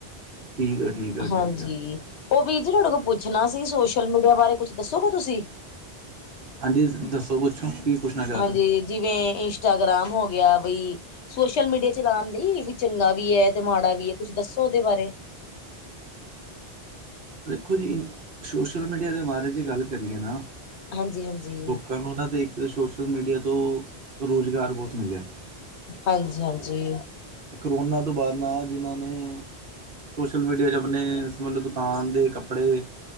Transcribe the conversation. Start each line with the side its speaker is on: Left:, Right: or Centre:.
Right: ਠੀਕ ਹੈ ਠੀਕ ਹੈ
Left: ਹਾਂਜੀ
Right: ਠੀਕ ਹੈ
Left: ਉਹ ਵੀਰ ਜੀ ਤੁਹਾਡੇ ਕੋਲ ਪੁੱਛਣਾ ਸੀ ਸੋਸ਼ਲ ਮੀਡੀਆ ਬਾਰੇ ਕੁੱਛ ਦੱਸੋਗੇ ਤੁਸੀਂ
Right: ਹਾਂਜੀ ਦੱਸੋ ਪੁੱਛੋ ਕੀ ਪੁੱਛਣਾ ਚਾਹ
Left: ਹਾਂਜੀ
Right: ਰਹੇ ਹੋ
Left: ਜਿਵੇਂ ਇੰਸਟਾਗ੍ਰਾਮ ਹੋ ਗਿਆ ਬਈ ਸੋਸ਼ਲ ਮੀਡੀਆ ਚਲਾਉਣ ਲਈ ਵੀ ਚੰਗਾ ਵੀ ਹੈ ਤੇ ਮਾੜਾ ਵੀ ਹੈ ਕੁੱਛ ਦੱਸੋ ਉਹਦੇ ਬਾਰੇ
Right: ਦੇਖੋ ਜੀ ਸੋਸ਼ਲ ਮੀਡੀਆ ਦੇ ਬਾਰੇ ' ਗੱਲ ਕਰੀਏ ਨਾ
Left: ਹਾਂਜੀ ਹਾਂਜੀ
Right: ਤੁਹਾਨੂੰ ਉਹਨਾਂ ਦੇ ਇੱਕ ਸੋਸ਼ਲ ਮੀਡੀਆ ਤੋਂ ਰੋਜ਼ਗਾਰ ਬਹੁੱਤ ਮਿਲਿਆ
Left: ਹਾਂਜੀ ਹਾਂਜੀ
Right: ਕਰੋਨਾ ਤੋਂ ਬਾਅਦ ਜਿਨ੍ਹਾਂ ਨੇ ਸੋਸ਼ਲ ਮੀਡੀਆ ਆਪਣੇ ਸਬੰਧਿਤ ਦੁਕਾਨ ਦੇ ਕੱਪੜੇ